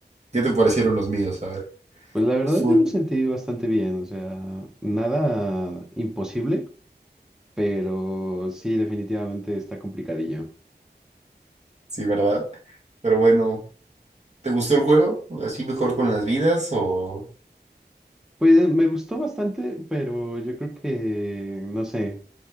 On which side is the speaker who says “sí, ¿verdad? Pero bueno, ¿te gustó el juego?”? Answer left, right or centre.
Right